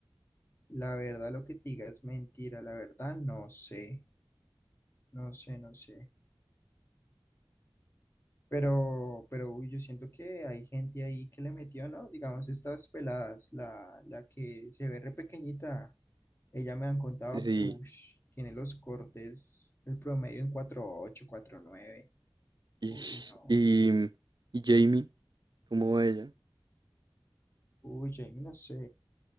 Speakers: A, on the left; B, on the right.
A: La verdad, lo que te diga es mentira. La verdad, no sé. No sé, no sé. Pero, pero, uy, yo siento que hay gente ahí que le metió, ¿no? Digamos, estas peladas, la, la que se ve re pequeñita. Ella me han contado
B: Sí.
A: que, uy, tiene los cortes, el promedio en cuatro ocho, cuatro nueve.
B: Y,
A: Uy, no.
B: y, y Jamie, ¿cómo va ella?
A: Uy, Jamie, no sé.